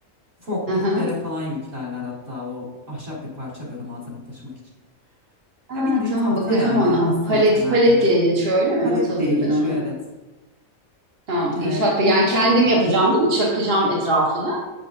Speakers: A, on the right (about 65°); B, on the right (about 50°).
A: Forkliftlere
B: aha.
A: falan yüklerler hatta o ahşap bir parça böyle malzeme taşımak için.
B: Ha,
A: Ya bildiğin
B: tamam
A: tahta
B: bakacağım
A: yani
B: ona.
A: aslında
B: Palet
A: temelde.
B: palet diye geçiyor öyle mi?
A: Palet
B: Not alayım
A: diye geçiyor
B: ben onu.
A: evet.
B: Tamam
A: Ee,
B: inşaat
A: on,
B: yani kendim yapacağım değil mi? Çakacağım etrafını.